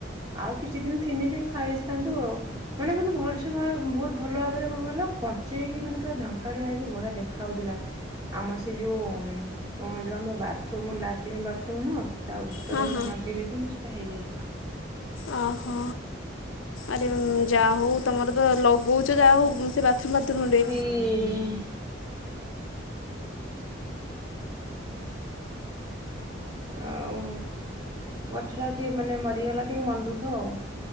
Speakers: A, on the right; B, on the left.
A: ଆଉ କିଛି ଦିନ ଥିନି ଟିକେ ଖାଇ ଆସିଥାନ୍ତୁ ଆଉ। ମାନେ ବନ୍ତୁ ଭଲସ ଭ ବହୁତ ଭଲ ଭାବରେ କଣ କହିଲ କଞ୍ଚେଇକି ମାନେ ପୁରାଝଙ୍କାଡିଆ ହେଇକି ବଢିଆ ଦେଖ ହାଉଥିଲା। ଆମର ସେ ଯୋଉ ଯୋଉ ଆମର ବାଥରୁମ ଲାଟ୍ରିନ୍ ବାଥରୁମ ନ ସେ ତା ଉପରେ
B: ହଁ
A: ସେଟ
B: ହଁ
A: ରେ ସେଟା ହେଇଯାଇଥିଲା।
B: ଅହୋ ଆରେ ଯହୁ ତମର ତ ଲଗଉଛ ଯାହାଉ ସେ ବାଥରୁମ ଫଥରୁ ରେ
A: ଓ। ହଁ। ଆଉ ଗଛଟା ଯ ମାନେ ମରିଗଲା ଟିକେ ମନ୍ଦୁଖ ଆଉ।